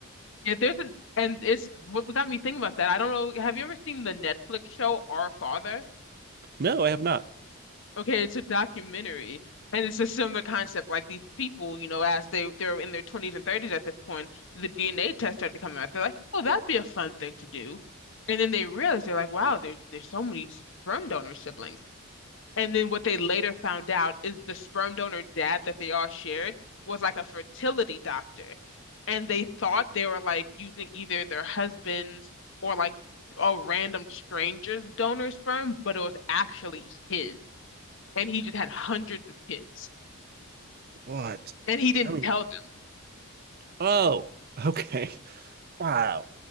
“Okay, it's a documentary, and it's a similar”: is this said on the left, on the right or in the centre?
Left